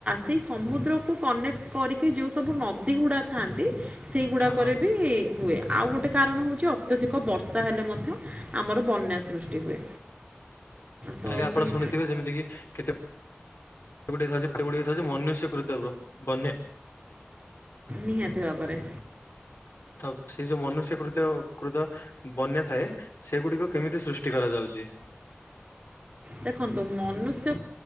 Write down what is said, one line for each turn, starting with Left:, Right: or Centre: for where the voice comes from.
Right: ସେଇ ସମୁଦ୍ରକୁ କନେକ୍ଟ କରିକି ଯଉ ସବୁ ନଦୀ ଗୁଡା ଥାଆନ୍ତି ସେଇଗୁଡାକରେ
Left: ହଁ ହଁ
Right: ବି ହୁଏ ଆଉ ଗୋଟେ କାରଣ ହଉଛି ଅତ୍ୟଧିକ ବର୍ଷା ହେଲେ ମଧ୍ୟ୍ୟ ଆମର ବନ୍ୟା ସୃଷ୍ଟି ହୁଏ। ତ
Left: ଖାଲି ଆପଣ
Right: ସେଇ
Left: ଶୁଣିଥିବେ ଯେମିତି କିି କେତେ ସେ ଗୁଟେ ଥାଉଛି ସେଗୁଟ ଥାଉଛି ମନୁଷ୍ୟକୃତ ବନ୍ୟା।
Right: ନିହାତି ଭାବରେ।
Left: ତ ସେ ଯୋଉ ମନୁଷ୍ୟ କୃତ କୃତ ବନ୍ୟା ଥାଏ ସେଗୁଡିକ କେମିତି ସୃଷ୍ଟି ଟି କରାଯାଉଛି?
Right: ଦେଖନ୍ତୁ ମନୁଷ୍ୟ